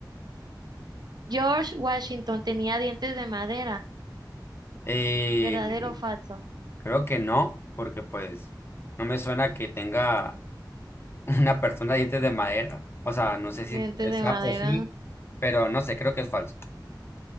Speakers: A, on the right (about 65°); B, on the left (about 30°).
A: George Washington tenía dientes de madera.
B: Eh,
A: ¿Verdadero o falso?
B: creo que no, porque pues no me suena que tenga <laughs> una persona de dientes de madera. O sea, no sé si
A: Dientes de
B: sea
A: madera.
B: posible, pero no sé, creo que es falso.